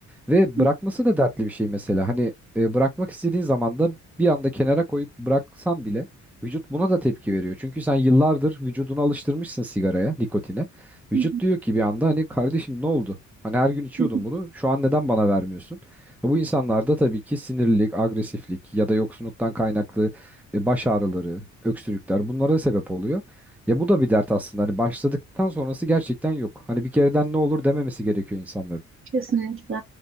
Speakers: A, in the centre; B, on the right (about 45°).
A: Ve
B: hı.
A: bırakması da dertli bir şey mesela. Hani e, bırakmak istediğin zaman da bir anda kenara koyup bıraksan bile vücut buna da tepki veriyor. Çünkü sen yıllardır vücudunu alıştırmışsın sigaraya, nikotine. Vücut
B: Hı
A: diyor ki bir anda hani kardeşim ne oldu? Hani her gün içiyordun
B: hı.
A: bunu. Şu an neden bana vermiyorsun? E, Bu insanlarda tabii ki sinirlilik, agresiflik ya da yoksunluktan kaynaklı e, baş ağrıları, öksürükler bunlara sebep oluyor. Ya bu da bir dert aslında. Hani başladıktan sonrası gerçekten yok. Hani bir kereden ne olur dememesi gerekiyor insanların.
B: Kesinlikle.